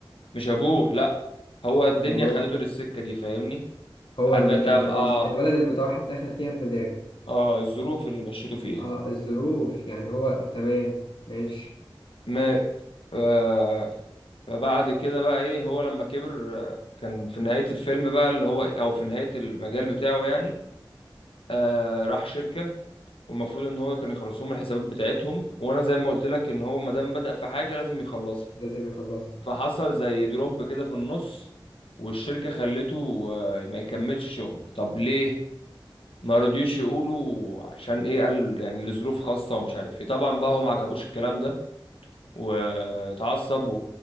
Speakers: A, on the left; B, on the left.
A: مش ابوه لا هو الدنيا
B: أمال
A: خدته للسكة دي فاهمني
B: هو
A: عارف
B: اللي
A: انت
B: يعني
A: اه
B: ال- الولد المتوحد دخل فيها بمزاجه
A: اه الظروف اللي مشيته فيها
B: اه الظروف يعني هو تمام ماشي
A: ما آه فبعد كده بقى ايه هو لما كبر آه، كان في نهاية الفيلم بقى اللي هو او في نهاية المجال بتاعه يعني آه راح شركة والمفروض ان هو كان يخلص لهم الحسابات بتاعتهم وانا زي ما قلت لك ان هو ما دام بدأ في حاجه لازم يخلصها
B: لازم يخلصها
A: فحصل زي دروب كده في النص والشركه خلته آه، ما يكملش شغل طب ليه ما رضيوش يقولوا عشان ايه قال يعني لظروف خاصه ومش عارف ايه طبعا بقى هو ما عجبوش الكلام ده واتعصب و...